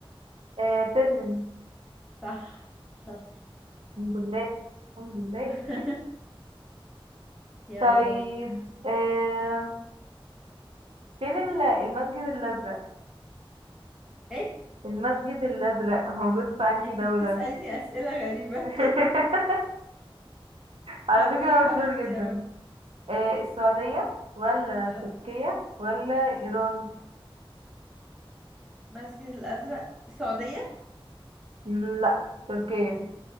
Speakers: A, on the right; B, in the centre.
A: آه، برلين
B: صح شاطر
A: الحمد لله الحمد لله
B: <laughs> يلا
A: <laughs> طيب
B: دورك
A: آه، فين ال- المسجد الأزرق
B: ايه
A: المسجد الأزرق موجود في أنهي
B: انت
A: دولة؟
B: بتسأليني أسئلة غريبة
A: <laughs> على
B: طب
A: فكرة
B: قولي لي بقى
A: مشهور
B: اختيارات
A: جدا آه السعودية ولا
B: اه
A: تركيا ولا إيران؟
B: المسجد الازرق السعوديه
A: مم، لا تركيا